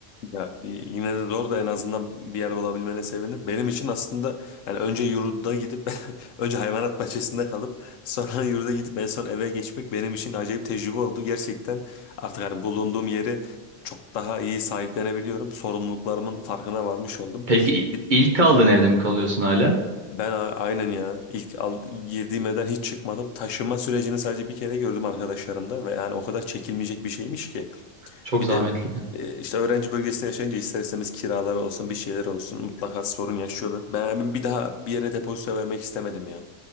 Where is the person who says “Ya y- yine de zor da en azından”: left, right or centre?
Left